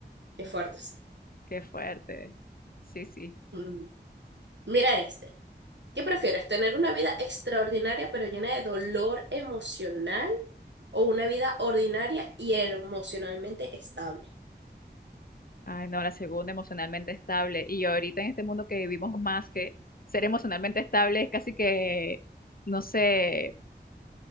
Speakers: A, on the right (about 85°); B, on the left (about 55°).
A: qué fuerte, sí.
B: qué fuerte. Sí, sí.
A: Mm. Mira este. ¿Qué prefieres, tener una vida extraordinaria pero llena de dolor emocional o una vida ordinaria y emocionalmente estable?
B: Ay, no, la segunda, emocionalmente estable. Y ahorita en este mundo que vivimos más que ser emocionalmente estable es casi que, no sé,